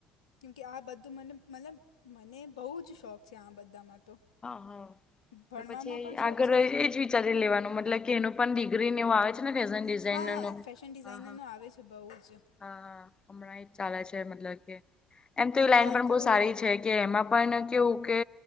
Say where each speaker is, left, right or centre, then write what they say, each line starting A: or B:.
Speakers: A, on the left; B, on the left.
A: કેમ કે આ બધું મને મલબ મને બહુ જ શોખ છે આ બધામાં તો.
B: હા હા
A: ભણવામાં
B: તો પછી
A: પણ શોખ
B: આગળ
A: છે
B: એજ વી વિચારી લેવાનું મતલબ કે એનું પણ ડિગ્રીનેવ આવે છે. ને ફેશન ડિઝાઇનરનું
A: હા ફેશન ડિઝાઇનર
B: હા હા
A: ન આવે છે બહુ જ
B: હા હમણાં એજ ચાલે છે મતલબ કે એમ તો એ લાઈન
A: હાલ
B: પણ
A: તો
B: બહ
A: એડું
B: સારી છે. કે એમાં પણ કેવું કે